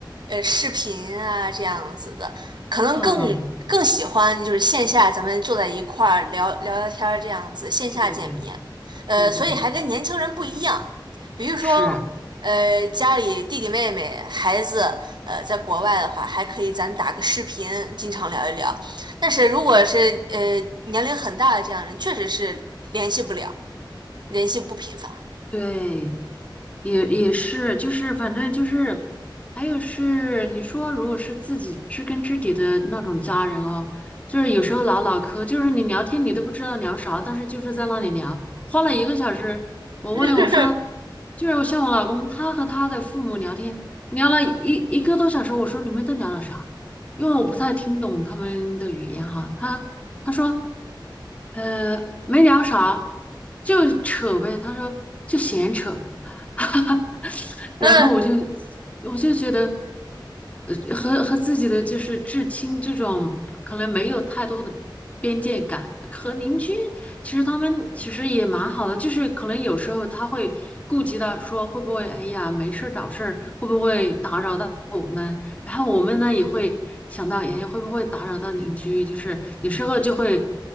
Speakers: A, on the right; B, on the left.
A: 呃，视频啊这样子的，可能更
B: 啊，
A: 更喜欢就是线下咱们坐在一块儿聊聊聊天儿这样子，线下见面，
B: 对对对
A: 呃，
B: 对对对，
A: 所以还跟年轻人不一样，比如说，
B: 是，
A: 呃，家里弟弟妹妹孩子，呃，在国外的话，还可以咱打个视频，经常聊一聊。但是如果是呃年龄很大的这样人，确实是联系不了，联系不频繁。
B: 对，也也是，就是反正就是，还有是你说，如果是自己知根知底的那种家人哦，就是有时候唠唠嗑，就是你聊天你都不知道聊啥，但是就是在那里聊，花了一个小时。我问我说，
A: <laughs>
B: 就是我像我老公，他和他的父母聊天，聊了一一个多小时，我说你们都聊了啥？因为我不太听懂他们的语言哈，他他说。呃，没聊啥，就扯呗。他说就闲扯，<laughs> 然后我就
A: 嗯
B: 我就觉得，呃，和和自己的就是至亲这种可能没有太多的边界感，和邻居其实他们其实也蛮好的，就是可能有时候他会顾及到说会不会哎呀没事儿找事儿，会不会打扰到我们，然后我们呢也会想到，哎会不会打扰到邻居，就是有时候就会